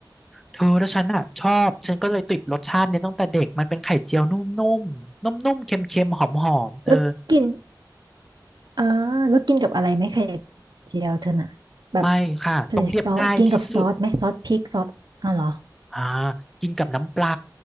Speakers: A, in the centre; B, on the right.
A: เธอแล้วฉันอ่ะชอบ ฉันก็เลยติดรสชาตินี้ตั้งแต่เด็กมันเป็นไข่เจียวนุ่มๆนุ่มๆเค็มๆหอมๆเออ
B: แล้วกินอ่าแล้วกินกับอะไรไหมไข่เจียวเธอน่ะแบบ
A: ไม่ค่ะต้องเรียบง่ายที่สุด
B: ใส่ซอสกินกับซอสไหมซอสพริกซอสอ๋อเหรอ
A: อ่ากินกับน้ำปลา